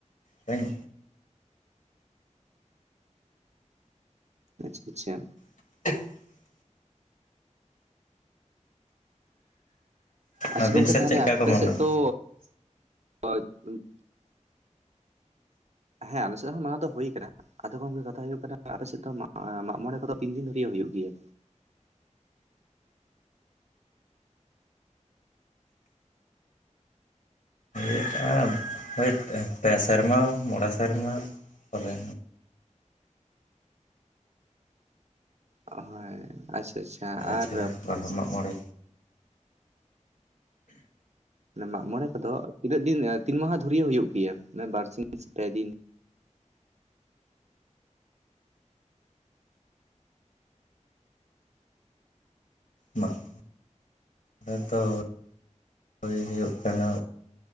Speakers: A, on the left (about 80°); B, on the right (about 60°).
A: ᱵᱟᱹᱧ
B: ᱟᱪᱪᱷᱟ ᱟᱪᱪᱷᱟ
A: <unintelligible>
B: ᱟᱪᱪᱷᱟ
A: ᱟᱹᱵᱤᱱ
B: ᱜᱚᱝᱠᱮ
A: ᱥᱮᱫ
B: ᱛᱟᱦᱚᱞᱮ
A: ᱪᱮᱫᱠᱟ
B: ᱟᱯ
A: ᱠᱚ ᱢᱟᱱᱟᱣᱟ
B: ᱥᱮᱫ ᱫᱚ? <unintelligible> ᱦᱮᱸ ᱟᱞᱮ ᱥᱮᱜ ᱦᱚᱸ ᱱᱚᱣᱟ ᱫᱚ ᱦᱩᱭ ᱠᱟᱱᱟ᱾ ᱟᱫᱚ ᱜᱚᱝᱜᱮ ᱠᱟᱛᱷᱟ ᱦᱩᱭᱩᱜ ᱠᱟᱱᱟ, ᱟᱯᱮᱥᱮᱫ ᱫᱚ ᱢᱟᱜ ᱢᱟᱜᱢᱚᱬᱮ ᱠᱚᱫᱚ ᱛᱤᱱ ᱫᱤᱱ ᱫᱷᱚᱨᱮ ᱦᱩᱭᱩᱜ ᱜᱮᱭᱟ?
A: <unintelligible> ᱯᱮ ᱥᱮᱨᱢᱟ ᱢᱚᱬᱮ ᱥᱮᱨᱢᱟ ᱛᱚᱵᱮ
B: ᱦᱳᱭ ᱟᱪᱪᱷᱟ, ᱟᱪᱪᱷᱟ
A: ᱨᱟᱡᱪᱷᱟᱲᱟ
B: ᱟᱨ
A: ᱵᱟ ᱢᱟᱜᱢᱚᱬᱮ᱾
B: ᱢᱟᱜᱼᱢᱚᱬᱮ ᱠᱚᱫᱚ ᱛᱤᱱᱟᱹᱜ ᱫᱤᱱ? ᱛᱤᱱ ᱢᱟᱦᱟᱸᱫᱷᱚᱨᱭᱮ ᱦᱩᱭᱩᱜ ᱜᱮᱭᱟ? ᱵᱟᱨᱥᱤᱧ ᱥᱮ ᱯᱮᱼᱫᱤᱱ ᱾
A: ᱢᱟᱜ ᱦᱚᱸ ᱛᱮᱫᱚ, ᱦᱚᱭ ᱦᱩᱭᱩᱜ ᱠᱟᱱᱟ